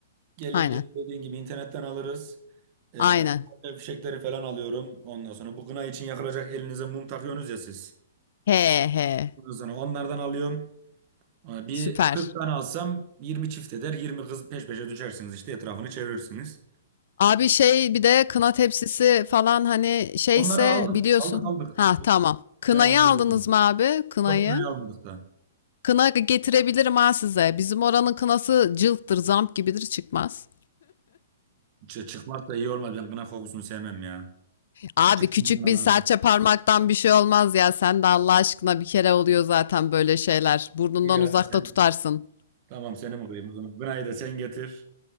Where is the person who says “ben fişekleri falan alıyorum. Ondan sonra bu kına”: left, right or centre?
Right